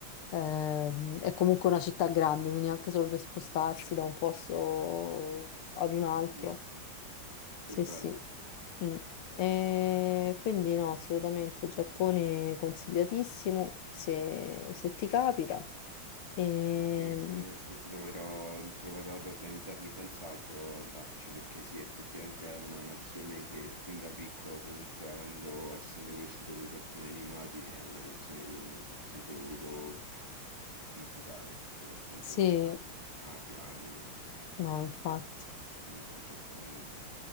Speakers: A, on the left; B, on the right.
A: Ehm, è comunque una città grande, quindi anche solo per spostarsi da un posto ad un altro.
B: bellissimo, molto
A: Sì,
B: bello.
A: sì. Mm. E quindi no, assolutamente Giappone consigliatissimo se, se ti capita. E,
B: Sì, cioè, ci proverò, proverò ad organizzarmi senz'altro ad andarci perché sì, effettivamente è una nazione che fin da piccolo, comunque avendo, essendo cresciuto con i cartoni animati, è una nazione che ho ho sempre voluto visitare, proprio appunto
A: sì, eh,
B: i cartoni animati, anime,
A: no, infatti.
B: fumetti giapponesi.